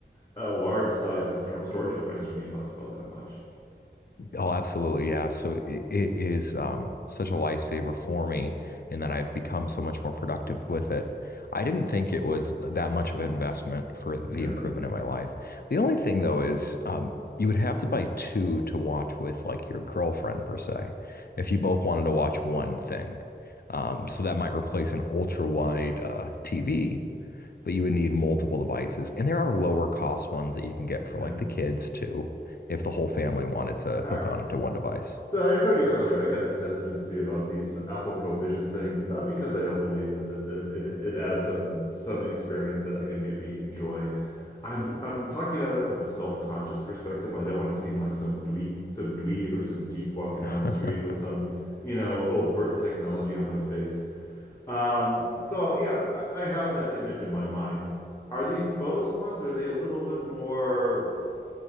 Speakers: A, on the left; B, on the left.
A: a large size external storage device for me costs about that much.
B: Oh, absolutely. Yeah. So it, it is um, such a lifesaver for me in that I've become so much more productive with it. I didn't think it was that much of an investment for the
A: Yeah,
B: improvement in my life. The only thing, though, is um, you would have to buy two to watch with like your girlfriend, per se, if you both wanted to watch one thing. Um, so that might replace an ultra wide uh, TV but you would need multiple devices. And there are lower cost ones that you can get for
A: yeah.
B: like the kids too, if the whole family wanted to
A: All
B: hook
A: right.
B: on to one device.
A: So I told you earlier, I got some hesitancy about these Apple Provision things, not because I don't believe it that it, it, it adds some some experience that I could maybe enjoy. I'm I'm talking about it from a self-conscious perspective. I don't want to seem like some dweeb, some dweeb or some geek walking
B: <laughs>
A: down the street with some, you know, overt technology on my face. Um, so yeah, I, I have that image in my mind. Are these Bose ones? Are they a little bit more?